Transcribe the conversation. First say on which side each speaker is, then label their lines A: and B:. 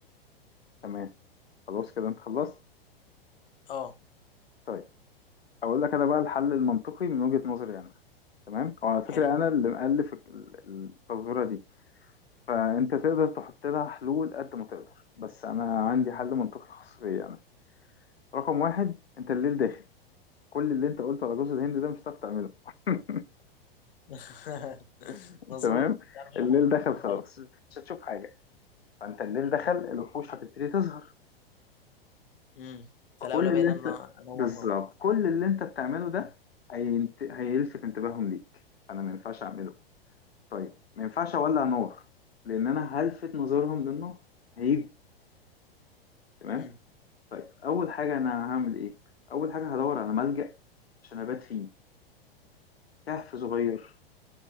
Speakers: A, on the left; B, on the left.
A: تمام خلاص كده انت خلصت
B: اه
A: طيب اقول لك انا بقى الحل المنطقي من وجهة نظري انا تمام هو على فكرة
B: حلو
A: انا اللي مؤلف ال- ال- التظاهرة دي فانت تقدر تحط لها حلول قد ما تقدر بس انا عندي
B: مم.
A: حل منطقي خاص بيا انا رقم واحد انت الليل داخل كل اللي انت قلته على جوز الهند ده مش هتعرف تعمله <laughs>
B: <laughs> مظبوط
A: تمام
B: مش عارف أشوف
A: الليل
B: حاجة.
A: دخل خلاص
B: طيب
A: مش هتشوف حاجة فانت الليل دخل الوحوش هتبتدي تظهر
B: امم فالاولى
A: كل
B: بقى
A: اللي
B: ان انا
A: انت
B: انور
A: بالظبط
B: نار
A: كل اللي انت بتعمله ده
B: مم.
A: هينت... هيلفت انتباههم ليك انا ما ينفعش اعمله طيب ما ينفعش اولع نور لان انا هلفت نظرهم للنار هيجوا تمام
B: مم.
A: طيب اول حاجه انا هعمل ايه اول حاجه هدور على ملجأ عشان ابات فيه كهف صغير